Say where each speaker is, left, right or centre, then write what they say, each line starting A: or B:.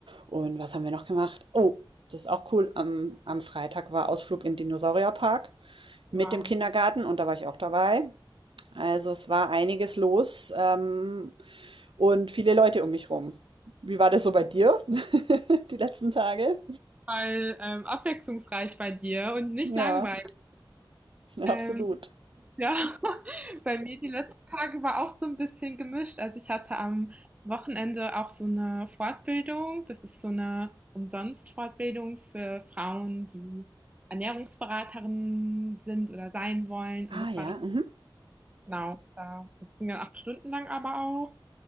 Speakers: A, on the right; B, on the right.
A: Und was haben wir noch gemacht? Oh, das ist auch cool. Am, am Freitag war Ausflug in den Dinosaurierpark mit
B: Ja,
A: dem Kindergarten und da war ich auch dabei. Also es war einiges los ähm, und viele Leute um mich rum. Wie war das so bei dir <laughs> die letzten Tage?
B: weil ähm, abwechslungsreich bei dir und nicht
A: Ja,
B: langweilig.
A: <laughs> ja,
B: Ähm,
A: absolut.
B: Ja, <laughs> bei mir die letzten Tage war auch so ein bisschen gemischt. Also, ich hatte am Wochenende auch so eine Fortbildung. Das ist so eine Umsonst-Fortbildung für Frauen, die Ernährungsberaterinnen sind oder sein wollen
A: Ah
B: und das
A: ja,
B: war richtig
A: mhm,
B: genau, da das ging dann 8 Stunden lang aber auch.